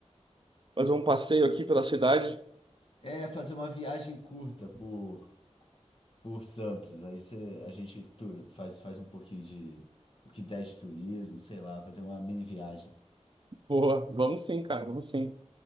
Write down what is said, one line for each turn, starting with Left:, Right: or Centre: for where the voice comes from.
Right: Fazer um passeio aqui pela cidade.
Left: É fazer uma viagem curta por por Santos. Aí você, a gente tu- faz faz um pouquinho de o que der de turismo, sei lá, fazer uma mini viagem.
Right: Boa, vamos sim, cara, vamos sim.